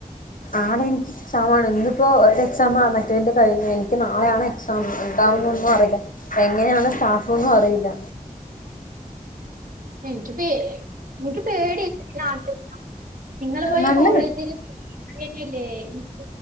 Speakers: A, on the left; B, on the right.
A: ആണ് എനിക്ക്‌ എക്സാമാണ് ഇന്ന്പ്പോ അവ്ടെ എക്‌സാമാണ് മറ്റേയിന്റെ കഴിഞ്ഞു എനിക്ക് നാളെയാണ് എക്സ് സാം എന്താണെന്നൊന്നും അറിയില്ല എങ്ങനെയാണ് സ്റ്റാഫ്ന്നും അറിയില്ല
B: എനിക്ക് പേ എനിക്ക് പേടി നാളെ തൊട്ട് നിങ്ങള് പോയി
A: നല്ല
B: കോളേജിലും ഇല്ലില്ലേ എനിക്ക്